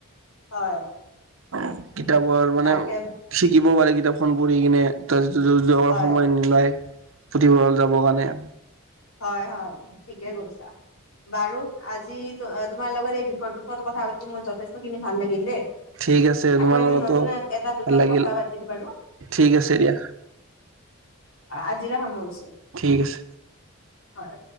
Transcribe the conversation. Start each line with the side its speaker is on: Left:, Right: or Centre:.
Left: হয়
Right: অ কিতাপৰ মানে
Left: তাকে
Right: শিকিবও পাৰে কিতাপখন পঢ়ি কিনে তাৰ
Left: হয়
Right: সময় নাই পুথিভঁৰাল যাবৰ কাৰণে
Left: হয় হয় ঠিকে কৈছা। বাৰু আজি তোমাৰ লগত এই বিষয়টোৰ ওপৰত কথা পাতি মোৰ যথেষ্টখিনি ভাল লাগিল দেই।
Right: ঠিক আছে তোমাৰ
Left: আকৌ এদিন
Right: লগতো
Left: নতুন এটা বিষয়ত
Right: ভাল লাগিল
Left: কথা পাতিম বাৰু।
Right: ঠিক আছে দিয়া।
Left: আজিলে সামৰিছো।
Right: ঠিক আছে।
Left: হয়।